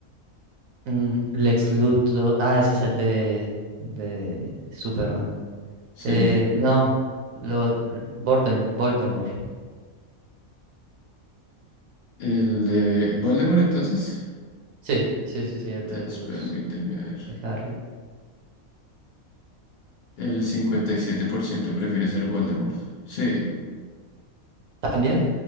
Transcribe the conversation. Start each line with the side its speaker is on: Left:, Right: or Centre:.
Right: Mm, Lex Luthor, ah, ese es el de, de Superman.
Left: Sí,
Right: Eh, no, lo, Voldem- Voldemort.
Left: el de Voldemort entonces.
Right: Sí, sí, sí, sí, el de
Left: Entonces,
Right: los
Left: permíteme ver.
Right: de Harry.
Left: El 57% prefiere ser Voldemort. Sí,
Right: También,